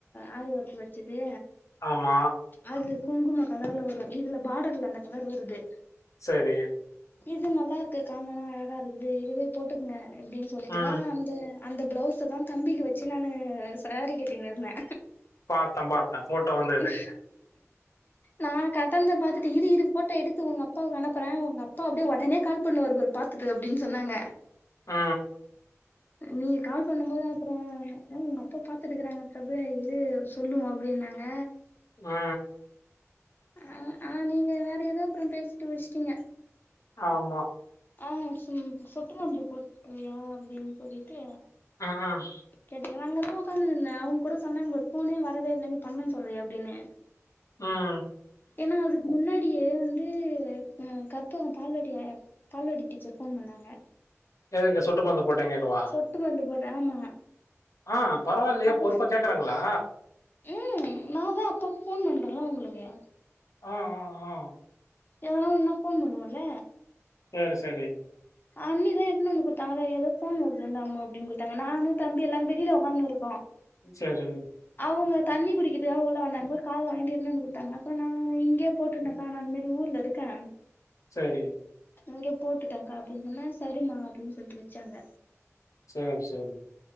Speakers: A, on the left; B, on the left.
A: ஆரி ஒர்க்கு வச்சது
B: ஆமா
A: அது குங்கும கலர்ல வரு இதுல பாடர்ல அந்த கலர் வருது
B: சரி
A: இது நல்லா இருக்கு காமனா அழகா இருக்குது இதுவே போட்டுக்கங்க அப்டின்னு சொல்லிட்டுதா
B: ம்
A: அந்த அந்த பிளவுஸதா தம்பிக்கு வச்சு நானு சாரி கட்டினு இருந்தே
B: பார்த்தேன் பார்த்தேன் போட்டோ வந்தது
A: உ நா கட்டனத பாத்துட்டு இரு இரு ஃபோட்டோ எடுத்து உங்க அப்பாவுக்கு அனுப்புறே உங்க அப்பா அப்டியே ஒடனே கால் பண்ணுவாரு பாரு பாத்துட்டு அப்டின்னு சொன்னாங்க
B: ஆ
A: நீங்க கால் பண்ணும் போது அப்றோ ந்த அதா உங்க அப்பா பாத்துட்டுக்கறாங்க பிரபு இரு சொல்லுவோ அப்பிடினாங்க
B: ஆ
A: ஆ ஆ நீங்க வேற எதோ அப்றோ பேசிட்டு வச்டீங்க
B: ஆமா
A: ஆ சும் சொட்டு மருந்து போட்டுயா அப்டின்னு சொல்லிட்டு
B: ம் ம்,
A: கேட்டீங்க நா அங்கதா உக்காந்திருந்தே அவங் கூட சொன்னாங்க ஒரு ஃபோனே வரவே இல்ல நீ பண்ணேன்னு சொல்றியே அப்டின்னு
B: ம்
A: ஏன்னா அதுக்கு முன்னாடியே வந்து ஆ கற்பகம் பால்வாடி ஆயா பால்வாடி டீச்சர் ஃபோன் பண்ணாங்க
B: எதுக்கு சொட்டு மருந்து போட்டீங் கேக்கவா
A: சொட்டு மருந்து போடுற ஆமா
B: ஆ பரவால்லயே
A: அப்ப
B: பொறுப்பா கேக்கறாங்களா
A: ம் நாதா அப்பப்ப ஃபோன் பண்றல்ல அவுங்களுக்கு
B: ஆ ஆ ஆ
A: எதனா ஒன்னுனா ஃபோன் பண்ணுவல்ல
B: சேரி செரி
A: அண்ணிதா எடுத்னு வந்து குடுத்தாங்களே ஏதோ ஃபோன் வரு து இந்தாம்மா அப்டின்னு குடுத்தாங்க நானு தம்பி எல்லாரு வெளில உக்காந்துனு இருக்கோ
B: ம் சரி
A: அவங்க தண்ணி குடிக்கிறதுக்காக உள்ள வந்தாங்க காதுல வாங்கிட்டு எடுத்னு வந்து குடுத்தாங்க அப்பற நா இங்கயே போட்டு இருந்தக்கா நா இந்த மாரி ஊர்ல இருக்கே
B: செரி
A: இங்க போட்டுட்டேங்கா அப்டின்னு சொன்னா சரிமா அப்டின்னு சொல்லிட்டு வச்சாங்க
B: செர் செரி